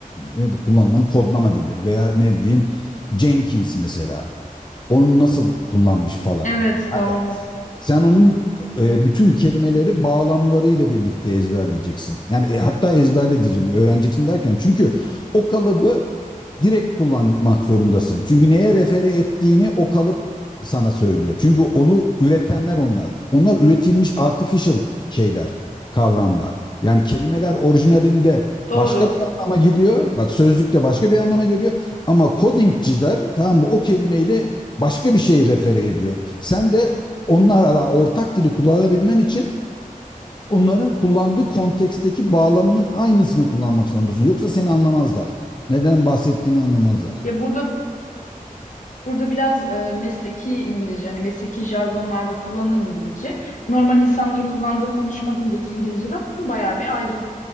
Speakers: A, on the left (about 30°); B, on the left (about 65°).
A: e, e, kullanılan kodlama dilleri veya ne diyeyim Jenkins mesela onu nasıl kullanmış falan.
B: Evet
A: Hani
B: doğru.
A: sen onun e, bütün kelimeleri bağlamlarıyla birlikte ezberleyeceksin. Yani e, hatta ezberle diyeceğim, öğreneceksin derken çünkü o kalıbı direkt kullanmak zorundasın. Çünkü neye refere ettiğini o kalıp sana söylüyor. Çünkü onu üretenler onlar. Onlar üretilmiş artificial şeyler, kavramlar. Yani kelimeler orijinalinde
B: Doğru.
A: başka bir anlama geliyor. Bak sözlükte başka bir anlama geliyor. Ama codingciler tamam mı o kelimeyle başka bir şey refere ediyor. Sen de onlarla ortak dili kullanabilmen için onların kullandığı konteksteki bağlamının aynısını kullanmak zorundasın. Yoksa seni anlamazlar. Neden bahsettiğini anlamazlar.
B: Ya burada Burada biraz e, mesleki İngilizce, hani mesleki jargonlarda kullanılan İngilizce, normal insanların kullandığı konuşma dilindeki İngilizceden bayağı bir ayrılıyor